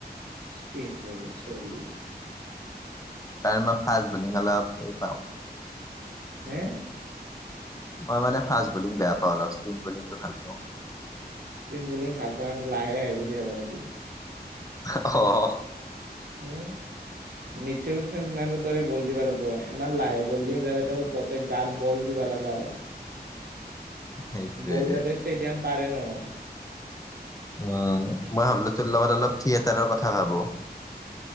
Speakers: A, on the right; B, on the left.
A: স্পেইন কৰিব চলি।
B: কাৰণ মই ফাষ্ট বলিং অলপ হেৰি পাওঁ।
A: হে'?
B: মই মানে ফাষ্ট বলিং বেয়া পাওঁ অলপ স্পিন বলিংটো ভাল পাওঁ।
A: স্পিন বুলিং ভাল পায় মানে লাহে আহে বুলি ভাবা নেকি?
B: অ'
A: উম, মিটচেলৰ দৰে বল দিবা লাগিব, ইমান লাহে বল দিম যাতে তই তে গাৰ বল দিবা লগা হয়।
B: <unintelligible> সেইটোয়ে
A: বল যাতে ষ্টেডিয়াম পাৰে নহয়।
B: উম, মই ভাবিলো তোৰ লগত অলপ থিয়েটাৰৰ কথা ভাবো।